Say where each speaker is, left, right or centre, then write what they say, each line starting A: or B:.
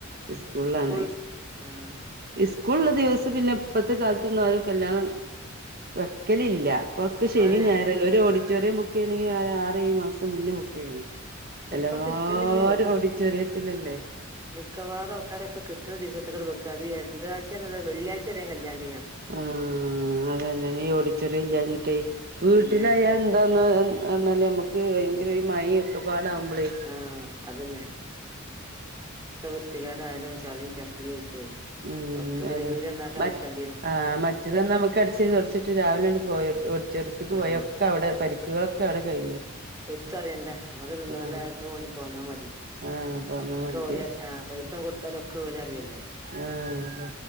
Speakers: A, on the right (about 50°); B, on the right (about 15°).
A: ഇസ്കൂളിലാണ്
B: സ്കൂൾ ആഹ്
A: ഇസ്കൂളുള്ള
B: സ്കൂ
A: ദിവസ് പിന്നെ ഇപ്പത്തെ കാലത്ത്ന്നും ആരും കല്യാണം വെക്കലില്ല ഇപ്പോക്കെ ശനിയും
B: ആഹ്
A: ഞായറുവല്ലേ ഒരു ഓഡിറ്റോറിയം ബുക്ക് ചെയ്യണെങ്കിൽ ആറ് ഏഴ് മാസം മുന്നേ ബുക്ക് ചെയ്യണം എല്ലാരും
B: ഇപ്പൊ കിട്ടുന്നില്ലേ
A: ഓഡിറ്റോറിയത്തിലല്ലേ
B: മിക്കവാരും ആൾക്കാരൊക്കെ കിട്ട്ണ ദിവസത്തേക്ക്ങ്ങട്ട് വെക്ക എന്ത്രയ്ച്ചന്ന്ല്ലെ വെള്ളിയാ്ച വരെ കല്യാണം
A: ആഹ് അതന്നെ ഈ ഓഡിറ്റോറിയം ഇല്ലാഞ്ഞിട്ടേ വീട്ടിലായ
B: വെള്ളിയാഴ്ച
A: എന്താ എന്നാല് നമ്മക്ക് ഭയങ്കര മഴ ഒക്കെ പാടാവുമ്പളേ
B: ആഹ് അതന്നെ വൃത്തികാട് ആലും ചളിയും ചപ്പളിയ ആയിട്ടെ
A: ഉം
B: ഒക്കെ പിന്നെ
A: അതെ
B: വീട്നന്നാക്കാൻ
A: മറ്റ്
B: നിക്കണ്ടി
A: ആഹ് മറ്റത് നമക്ക് അടിച്ചേരി തൊടച്ചിട്ട് രാവിലെയാപോയണ്ട് ഓഡിറ്റോറിയത്ത്ക്ക്
B: ആഹ്
A: പോയ ഒക്കെ അവിടെ പ പക്കുകളൊക്കെ അവിടെ കഴിഞ്ഞു
B: എത്തു അറിയണ്ട നമ്മക്ക് തിന്നാണ്ട്
A: ആഹ്
B: ഇതും കൊണ്ട് പോന്നാ മതി
A: ആഹ് പോന്നാ
B: ഒക്കെ
A: മതി
B: ഓര ആഹ് പൈസ കൊടുത്താലും ഒക്കെ ഓല് അറയല്ലേ
A: ആഹ് അതെ